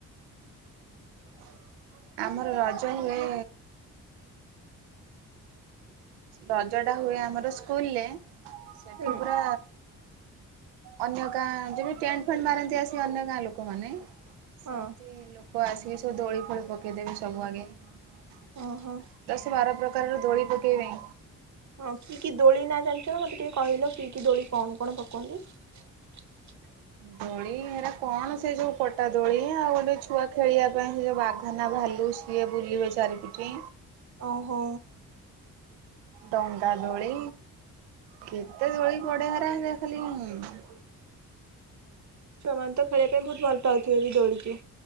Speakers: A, on the right; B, on the right.
A: <inaudible> ଆମର ରଜ ହୁଏ ରଜଟା ହୁଏ <unintelligible> ସେଠି
B: ହୁଁ।
A: ପୁରା ଅନ୍ୟ ଗାଁ ଯଦି ଟେଣ୍ଟ ଫେଣ୍ଟ ମାରନ୍ତି ଆସି ଅନ୍ୟ ଗାଁ ଲୋକମାନେ ସେମିତି
B: ହଁ
A: ଲୋକ କ ଆସିକି ସବୁ ଦୋଳି ଫୋଳି ପକେଇଦେବି ସବୁ ଆଗେ <inaudible>
B: ଓହୋ।
A: ଦଶ ବାର ପ୍ର ତାହେଲେ ଦୋଳି <unintelligible>
B: ହଁ କି କି ଦୋଳି ନା ଜାଣିଛ ନା ମତେ ଟିକେ କହିଲ କି କି ଦୋଳି କଣ କଣ ପକୁଅନ୍ତି। <inaudible>
A: ଦୋଳି ହେରା କଣ ସେ ସବୁ ପଟା ଦୋଳି ଆଉ ଗୋଟେ ଛୁଆ ଖେଳିବା ପାଇଁ ସେ ଯୋଉ ବା କାହିଁକିନା ଭାଲୁ ସିଏ ବୁଲିବେ ଚାରିପଟେ
B: ଓ ହୋ।
A: ଡଙ୍ଗା ଦୋଳି କେତେ ଦୋଳି ପଡେହେରା ହେରିଖାଲିି
B: ଛୁଆମାନ ତ ଖେଳିବା ପାଇଁ ବହୁତ ଭଲ ପାଉ ଖେଳି ଦୋଳିକି